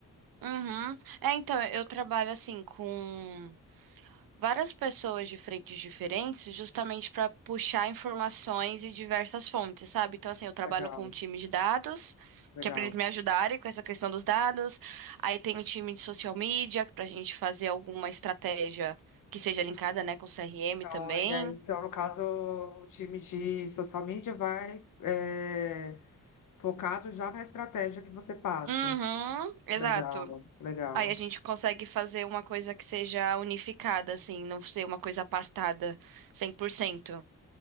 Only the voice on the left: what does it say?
Legal,
legal.
Então,
e aí, então, no caso, o time de social media vai é, focado já na estratégia que você passa.
Legal, legal.